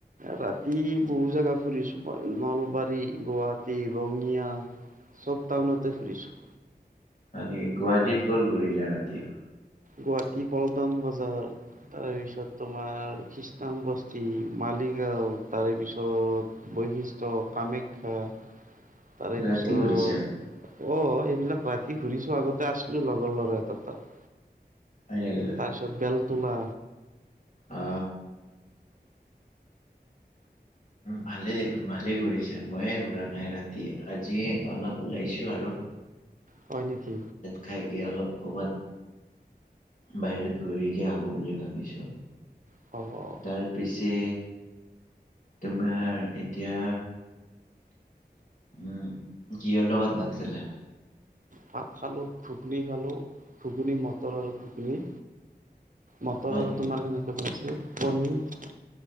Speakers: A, on the right (about 50°); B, on the left (about 50°).
A: ৰাতি বহুত জেগা ফুৰিছোঁ নলবাৰী, গুৱাহাটী, ৰঙিয়া চব টাউনাতে ফুৰিছো।
B: হয় নি, গুৱাহাটীত কত ঘূৰিলা ৰাতি?
A: গুৱাহাটী পল্টন বজাৰ, তাৰে পিছত তোমাৰ খ্ৰীষ্টংবস্তি, মালিগাঁও তাৰে পিছত বৈশিষ্ট্য, কামাখ্যা তাৰে
B: ৰাতি
A: পিছত
B: ঘূৰিছা
A: অ এইবিলাক ৰাতি ঘুৰিছো আগতে আছিলোঁ লগৰ ল'ৰা এটা তাত।
B: <unintelligible>
A: তাৰপিছত বেলতোলা
B: অ ভালেই দেখোন ভালেই ঘূৰিছে ময়ে ঘূৰা নাই ৰাতি আজি অলপ ওলাইছোঁ আৰু।
A: হয় নেকি।
B: খাই কি অলপ কবাত বাহিৰত ঘূৰিকে আহো বুলি ভাবিছো।
A: <unintelligible>
B: তাৰপিছে তোমাৰ এতিয়া উম কিহৰ‌ লগত ভাত খালা?
A: ভাত খালোঁ ঘুগনি খালোঁ ঘুগনি মটৰ আৰু ঘুগনি মটৰ
B: হয়
A: আৰু
B: নেকি
A: তোমাৰ সেনেকে বনাইছে পনীৰ